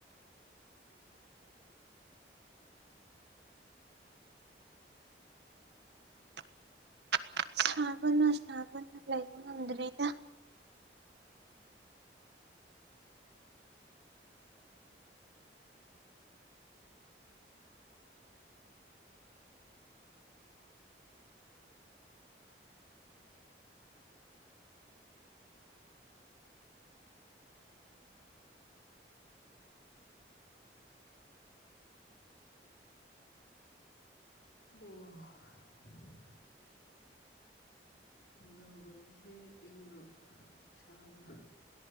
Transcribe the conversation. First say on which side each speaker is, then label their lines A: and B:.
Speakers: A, on the right (about 75°); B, on the left (about 75°).
A: <unintelligible> ꯁꯥꯕꯅꯣ ꯁꯥꯕꯅꯣ ꯂꯩꯕ ꯉꯝꯗ꯭ꯔꯦꯗ
B: ꯑꯣ ꯅꯨꯡꯗꯥꯡ ꯑꯣꯏꯕꯁꯦ ꯏꯪꯕ꯭ꯔꯣ ꯁꯥꯕ꯭ꯔꯥ